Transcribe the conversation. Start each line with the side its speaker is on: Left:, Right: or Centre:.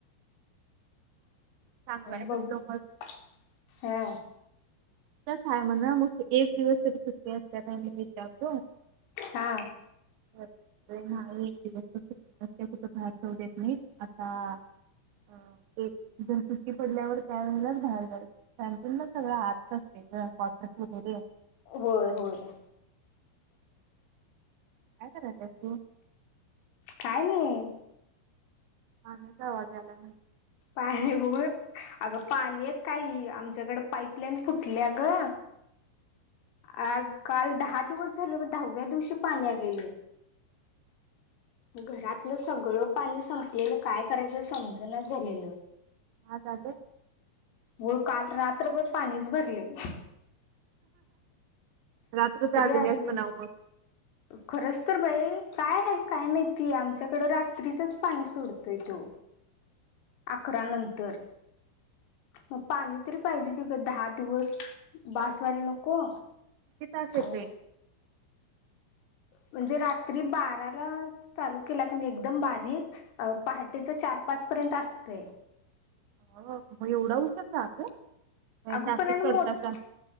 Right: चांगला आहे
Left: बघु
Right: म्हटलं मग
Left: हा
Right: तो काय म्हणं मग ते दिवस तरी सुट्टी असत्या का नाही विचारतो
Left: हा
Right: <inaudible> नाही एक दिवस तरी नसत्या अन कुठं बाहेर जाऊ देत मीच आता अ एक जन सुट्टी पडल्यावर त्या वेळेलाच बाहेर जायचं कॅन्टीनला च सगळं आत करते गं कॉल तर कट होऊदे
Left: होय होय
Right: काय कराल्यास तू
Left: काय नाही
Right: पाण्याचा आवाज यालाय म्ह
Left: पाणी होय अगं पाणी आहे काही आमच्याकडे पाईपलाईन फुटल्या ग आज काल दहा दिवस झाल दहाव्या दिवशी पाणी आलेलं घरातलं सगळं पाणी संपलेलं काय करायचं समजणाच झालेलं
Right: आज आले
Left: व काल रात्रभर पाणीच भरलय <inaudible>
Right: रात्र जागल्यास
Left: आलेलं
Right: मनाव मग
Left: खरंच तर बाई काय आहे काय माहितीय? आमच्याकडं रात्रीचच पाणी सोडतोय त्यो. अकरा नंतर मग पाणी तरी पाहिजे की ग दहा दिवस बास व्हायला नको?
Right: किती तास
Left: आणि
Right: येतय?
Left: म्हणजे रात्री बाराला चालू केला कणी एकदम बारीक पहाटेच च चार पाच पर्यंत असतय <inaudible>
Right: हो मग एवढा उशीर जाग.?
Left: अग
Right: टाकीत
Left: पण आणि मोठ-
Right: सोडतात